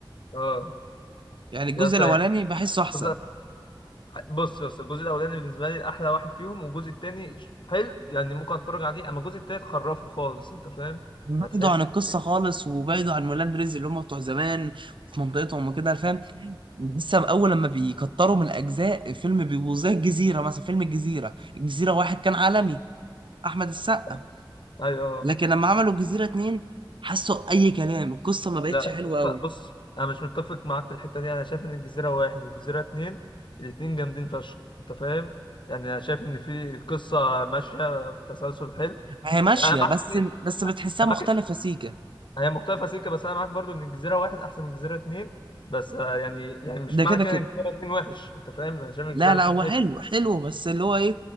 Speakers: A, on the left; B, on the right.
A: اه
B: يعني الجزء
A: يا اسطى
B: الأولاني
A: يعني
B: بحسه أحسن
A: قصة- بص يا اسطى الجزء الاولاني بالنسبه لي احلى واحد فيهم والجزء الثاني حلو يعني ممكن اتفرج عليه اما الجزء الثالث خرفه خالص انت فاهم
B: بعيدوا
A: يعني تحس
B: عن القصة
A: ان في-
B: خالص وبعيدوا عن ولاد رزق اللي هم بتوع زمان في منطقتهم وكده فاهم لسه اول لما بيكتروا من الاجزاء فيلم بيبقوا زي الجزيره مثلا فيلم الجزيره الجزيره واحد كان عالمي احمد السقا
A: آه، ايوه
B: لكن لما عملوا الجزيره اتنين حسوا اي كلام القصه ما بقتش
A: لا
B: حلوه قوي
A: ف- بص انا مش متفق معاك في الحته دي انا شايف ان الجزيره واحد والجزيره اتنين الاتنين جامدين فشخ انت فاهم يعني انا شايف ان في القصه ماشيه بتسلسل حلو
B: هي ماشيه
A: يعني انا معاك
B: بس
A: انا
B: بس بتحسها مختلفه
A: معاك
B: سيكا
A: هي مختلفه سيكه بس انا معاك برضو ان الجزيره واحد احسن من الجزيره اتنين بس آه، يعني يعني مش
B: ده
A: معنى
B: كده
A: كده
B: كده
A: ان الجزيره اتنين وحش انت فاهم انا شايف الجزيره
B: لا لا
A: اتنين
B: هو
A: حلو
B: حلو حلو بس اللي هو ايه